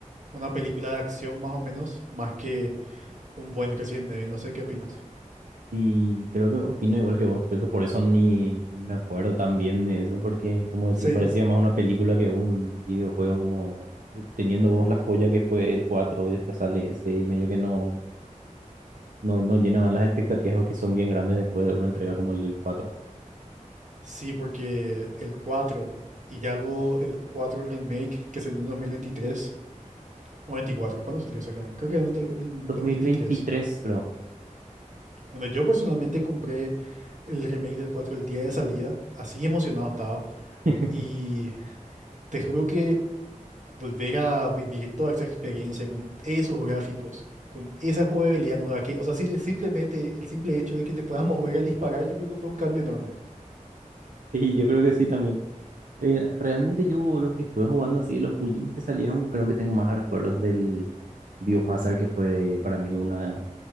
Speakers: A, on the right (about 65°); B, on the right (about 80°).
A: una película de acción más o menos, más que Un buen Resident Evil, no sé qué opinas.
B: Y creo que opino igual que vos, creo que por eso ni, ni me acuerdo tan bien de eso, porque como decís,
A: Sí,
B: parecía más una película que un videojuego, como eh, teniendo vos la joya que fue el 4 y después sale ese y medio que no, no, no llenaban las expectativas que son bien grandes después de una entrega como el del cuatro
A: Sí, porque el 4 y ya luego el cuatro remake que salió en 2023 o 24, ¿cuándo salió exactamente? Creo que era en do- en
B: dos
A: 2023.
B: mil veintitrés creo.
A: Bueno, yo personalmente compré el remake del cuatro el día de salida, así emocionado estaba
B: <laughs>
A: y te juro que volver a vivir toda esa experiencia con esos gráficos, con esa jugabilidad nueva que, o sea, sí- simplemente el simple hecho de que te puedas <laughs> mover al disparar, yo creo que fue un cambio enorme.
B: Y yo creo que sí también. Eh, realmente yo los que estuve jugando así, los últimos que salieron, creo que tengo más recuerdos del Biohazard, que fue para mí una,